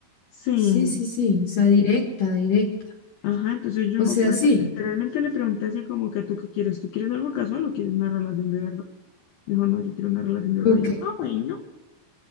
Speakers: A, on the left; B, on the left.
A: Sí.
B: Sí, sí, sí. O sea, directa, directa.
A: Ajá, entonces yo
B: O sea,
A: por
B: sí.
A: eso literalmente le pregunté así como que tú qué quieres, ¿tú quieres algo casual o quieres una relación de verdad? Dijo, no, yo quiero una relación de verdad.
B: Ok.
A: Y yo, ah, bueno.